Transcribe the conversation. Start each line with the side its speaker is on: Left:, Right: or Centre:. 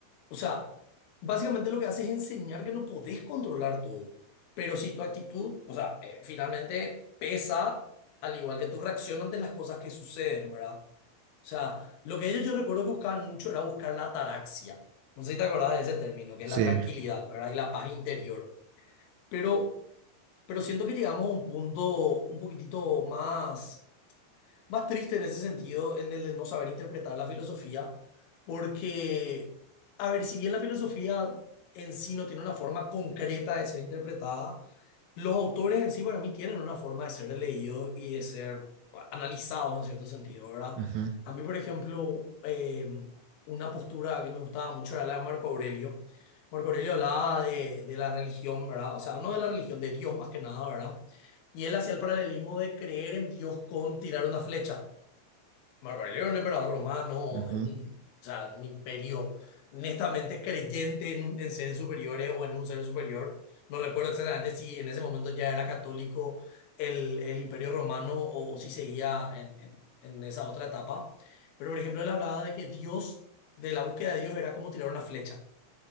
Left: O sea, básicamente lo que hace es enseñar que no podés controlar todo, pero si tu actitud, o sea, eh, finalmente pesa al igual que tu reacción ante las cosas que suceden, ¿verdad? O sea, lo que ellos yo recuerdo que buscaban mucho era buscar la ataraxia. No sé si te acordás de ese término, que
Right: Sí.
Left: es la tranquilidad, ¿verdad? Y la paz interior pero, pero siento que llegamos a un punto un poquitito más más triste en ese sentido, en el de no saber interpretar la filosofía, porque, a ver, si bien la filosofía en sí no tiene una forma concreta de ser interpretada, los autores en sí para mí tienen una forma de ser leídos y de ser analizados en cierto sentido, ¿verdad?
Right: Ujú.
Left: A mí, por ejemplo, eh, una postura que me gustaba mucho era la de Marco Aurelio. Marco Aurelio hablaba de, de la religión, ¿verdad? O sea, no de la religión, de Dios más que nada, ¿verdad? y él hacía el paralelismo de creer en Dios con tirar una flecha. Marco Aurelio era un emperador romano,
Right: Ujú,
Left: de un, o sea, un imperio netamente creyente en, un- en seres superiores o en un ser superior. No recuerdo exactamente si en ese momento ya era católico el, el imperio romano o, o si seguía en, en- en esa otra etapa. Pero, por ejemplo, él hablaba de que Dios, de la búsqueda de Dios, era como tirar una flecha.